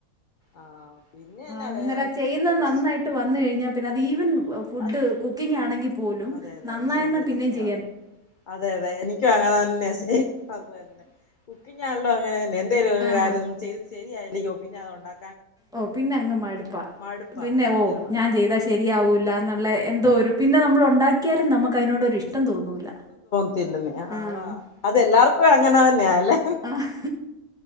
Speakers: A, on the left; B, in the centre.
A: ആഹ് പിന്നെ എന്നാ
B: അന്നേരം
A: വേറെ
B: ചെയ്യുന്നത്
A: കൃഷി
B: നന്നായിട്ട് വന്ന് കഴിഞ്ഞാ പിന്നെ അത് ഈവൻ ഫുഡ്
A: അതെ
B: കുക്കിംങ്‌ ആണെങ്കിൽ
A: അതെ
B: നന്നായന്ന
A: അതെ ശരിയാ
B: പിന്നേം
A: സത്യവാ
B: ചെ
A: അതെ അതെ എനിക്കും അങ്ങനെ തന്നെ സെയിം അത് തന്നെ കുക്കിങ്ങ് ആണല്ലോ അങ്ങനെന്നെ എന്തേലും ഒരു
B: ആഹ്
A: കാര്യം ന ചെയ്ത് ശരിയായില്ലരിക്കോ പിന്നെ അത്ണ്ടാ
B: ഓഹ് പിന്നെ അങ്ങ് മടുപ്പാ
A: മടുപ്പാ
B: പിന്നെ
A: ഭയങ്കര
B: ഓ
A: മടുപ്പാ
B: ഞാൻ ചെയ്താ ശെരി ശെരിയാവൂല്ല എന്നുള്ള എന്തോ ഒരു പിന്നെ നമ്മൾ ഉണ്ടാക്കിയാലും നമുക്ക് അതിനോടൊരു ഇഷ്ടം തോന്നൂല്ല
A: ത്തില്ല
B: ആഹ്
A: അതാ അതെല്ലാർക്കും അങ്ങനെ തന്നെയാല്ലേ.
B: ആഹ്